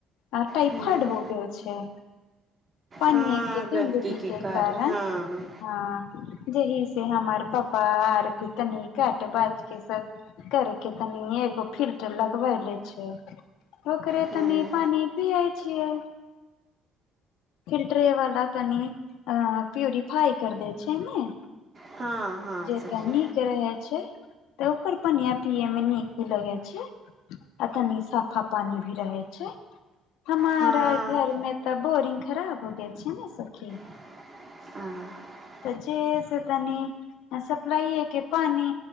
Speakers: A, on the left (about 80°); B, on the right (about 30°).
A: आ टाइफइड
B: हँ
A: हो गेल छै पानिए
B: हँ
A: क जिंदगी
B: गन्दगीके
A: के कारण
B: हँ
A: ह जहि से हमर पापा आर भी तनी कट बाज के सब करके तनी एगो फिर लगबै ले छै ओकरे
B: हँ
A: तनी पानी पीयै छियै फिल्टरे वला तनि अ प्यूरिफाइ कर दै छै ने
B: हँ हँ
A: जेतनी
B: सखी
A: के रहे छै तऽ ओकर पनििया पिये मे नीक भी लगे छै आ तनी साफा पानी भी रहै छै हमारा
B: हँ
A: घर में तऽ बोरिंग खराब हो गेल छै ने सखी
B: हँ
A: तऽ जे से तनी सप्लाइ के पानी